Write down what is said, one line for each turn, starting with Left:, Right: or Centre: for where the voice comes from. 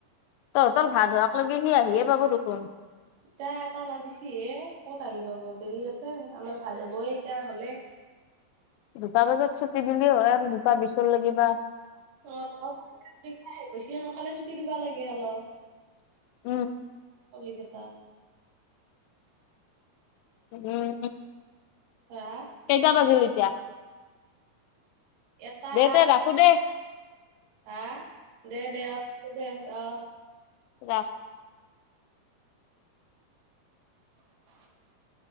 Left: তহঁতৰ ভাত হোৱাক লকি সি আহি সিয়ে পাব দেখোন
Right: <unintelligible> এটা বাজিছিহে ক'ত আহি পাব দেৰি আছে আমাৰ ভাল হ'বয়ে এতিয়া হলে
Left: দুটা বজাত ছুটি দিলে হয় আৰু দুটা বিচৰ লগিবা
Right: অ অ আহ গৈছে সোনকালে ছুটি দিবা লাগে অলপ
Left: উম,
Right: <unintelligible>
Left: উম
Right: <unintelligible>
Left: কেইটা বাজিল এতিয়া?
Right: এটা
Left: দে তে
Right: আঠ
Left: ৰাখো দে
Right: হা দে দে হব দে। <unintelligible>
Left: <unintelligible>
Right: <inaudible>